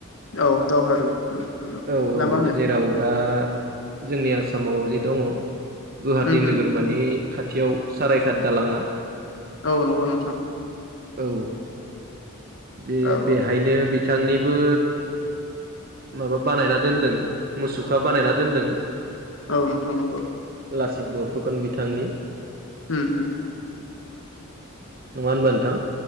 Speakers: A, on the left (about 65°); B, on the right (about 45°).
A: औ दावहारु ना
B: औ औ
A: मा होनो
B: जेराव दा जोंनि आसामाव जि दङ गुवाहाटि
A: उम उम
B: नोगोरमानि खाथियाव सारायघाट दालाङा
A: औ नंगौ नोंथां
B: औ बे
A: औ
B: बेहायनो बिथांनिबो माबा बानायना दोन्दों मुसुखा बानायना दोन्दों
A: औ नोंथां नंगौ
B: लासित बरफुकन बिथांनि
A: उम उम
B: नङा होनबा नोंथां